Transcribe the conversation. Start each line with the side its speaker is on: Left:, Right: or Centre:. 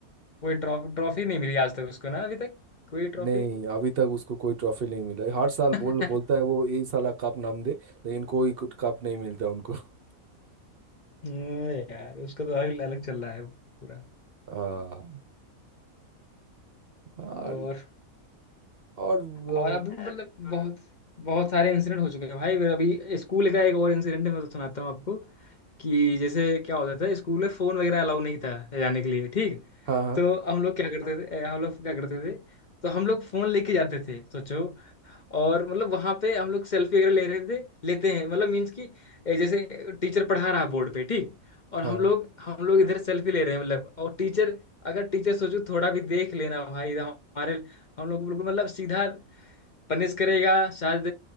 Left: कोई ट्रॉफी ट्रॉफी नहीं मिली आज तक उसको ना अभी तक कोई ट्रॉफी
Right: नहीं अभी तक उसको कोई ट्रॉफी नहीं मिला है। हर साल
Left: <laughs>
Right: बोल बोलता है वो ये साला कप नाम दे लेकिन कोई कप नहीं मिलता उनको <laughs>
Left: यार उसको तो अलग अलग चल रहा है पूरा
Right: हाँ और
Left: और
Right: और
Left: और
Right: अ,
Left: अभी मतलब बहुत बहुत सारे इंसिडेंट हो चुके हैं भाई मेरा अभी स्कूल का एक और इंसिडेंट मैं तो सुनाता हूँ आपको कि जैसे क्या होता था स्कूल में फ़ोन वगैरह अलाउ नहीं था जाने के लिए ठीक
Right: हाँ हाँ
Left: तो हम लोग क्या करते थे अ, हम लोग क्या करते थे तो हम लोग फ़ोन लेके जाते थे सोचो और मतलब वहां पे हम लोग सेल्फी वगैरह ले रहे थे लेते हैं मतलब मीन्स कि ए, जैसे टीचर पढ़ा रहा है बोर्ड पे ठीक और
Right: हाँ
Left: हम लोग हम लोग इधर सेल्फी ले रहे हैं मतलब और टीचर अगर टीचर सोचो थोड़ा भी देख लेना भाई इधर हमारे हम लोग को बिल्कुल मतलब सीधा पनिश करेगा शायद